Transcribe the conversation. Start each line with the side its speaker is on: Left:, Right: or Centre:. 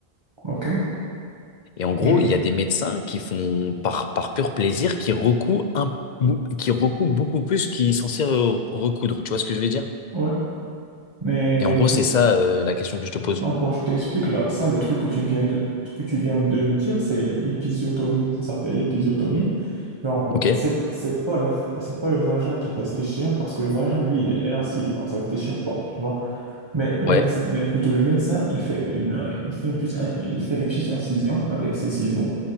Right: Ok,
Left: Et en gros,
Right: je vois,
Left: il y a des médecins qui font, par, par pur plaisir, qui recouent un, bou- qui recouent beaucoup plus qu'ils sont censés re- recoudre, tu vois ce que je veux dire?
Right: ouais. Mais
Left: Et en gros, c'est
Right: pour,
Left: ça, euh, la question que je te pose.
Right: non, pour, je t'explique, là, ça, le truc que tu viens de, que tu viens de me dire, c'est l'épisiotomie, ça s'appelle l'épisiotomie. Genre,
Left: Ok?
Right: c'est, c'est pas la, c'est pas le vagin qui va se déchirer parce que le vagin, lui, il est élastique, donc ça se déchire pas, tu vois. Mais le
Left: Ouais.
Right: médecin, mais plutôt le médecin, il fait une, euh, il fait une petite, in- il fait une petite incision avec ses ciseaux.